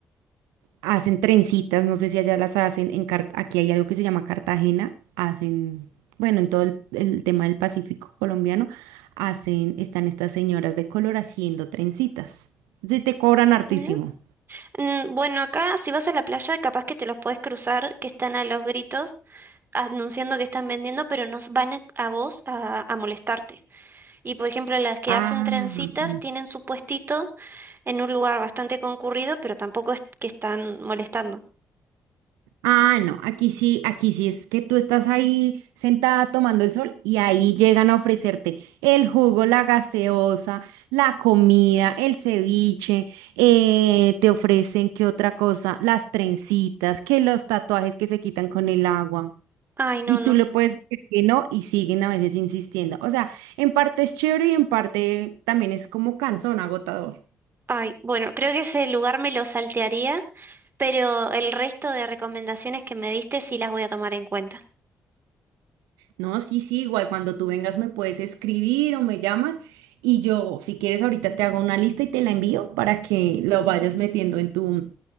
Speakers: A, on the right; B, on the right.
A: hacen trencitas, no sé si allá las hacen, en Car- aquí hay algo que se llama Cartagena, hacen, bueno, en todo el, el tema del Pacífico colombiano, hacen, están estas señoras de color haciendo trencitas. sí te cobran hartísimo.
B: Mira. Mm, Bueno, acá si vas a la playa, capaz que te los podés cruzar, que están a los gritos anunciando que están vendiendo, pero nos van a, a vos a, a molestarte. Y por ejemplo, las que
A: Ah,
B: hacen trencitas
A: ok.
B: tienen su puestito en un lugar bastante concurrido, pero tampoco es que están molestando.
A: Ah, no, aquí sí, aquí sí es que tú estás ahí sentada tomando el sol y ahí llegan a ofrecerte el jugo, la gaseosa, la comida, el ceviche, eh, te ofrecen qué otra cosa, las trencitas, que los tatuajes que se quitan con el agua.
B: Ay, no,
A: Y
B: no.
A: tú le puedes decir que no y siguen a veces insistiendo. O sea, en parte es chévere y en parte también es como cansón, agotador.
B: Ay, bueno, creo que ese lugar me lo saltearía, pero el resto de recomendaciones que me diste sí las voy a tomar en cuenta.
A: No, sí, sí, igual cuando tú vengas me puedes escribir o me llamas y yo, si quieres, ahorita te hago una lista y te la envío para que lo vayas metiendo en tu,